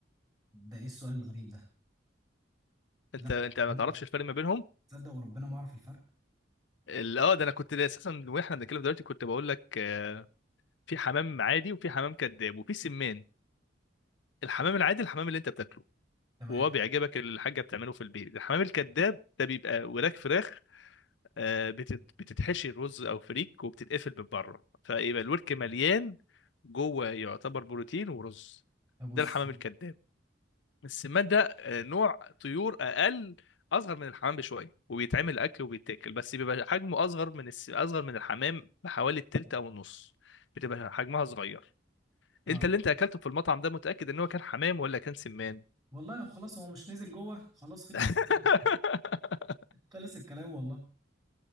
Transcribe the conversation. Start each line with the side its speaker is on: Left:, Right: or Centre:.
Right: ده ايه السؤال الغريب ده
Left: انت
Right: لا
Left: انت ما
Right: هم-
Left: تعرفش الفرق ما بينهم
Right: تصدق وربنا ما اعرف الفرق
Left: ال- اه ده انا كنت ده اساسا واحنا بنتكلم دلوقتي كنت بقول لك آه، في حمام عادي وفي حمام كذاب وفي سمان الحمام العادي الحمام اللي انت بتاكله
Right: تمام
Left: وهو بيعجبك اللي الحاجه بتعمله في البيت الحمام الكذاب ده بيبقى وراك فراخ آه، بتت- بتتحشي رز او فريك وبتتقفل من بره فيبقى الورك مليان جوه يعتبر بروتين ورز
Right: طب بص
Left: ده الحمام الكذاب السمان ده آه، نوع طيور اقل اصغر من الحمام بشويه وبيتعمل اكل وبيتاكل بس بيبقى حجمه اصغر من الس... اصغر من الحمام بحوالي التلت او النص بتبقى حجمها صغير
Right: اه
Left: انت اللي انت اكلته في المطعم ده متاكد ان هو كان حمام ولا كان سمان
Right: والله خلاص هو مش نزل جوه خلاص خلص الكلام
Left: <laughs>
Right: خلص الكلام والله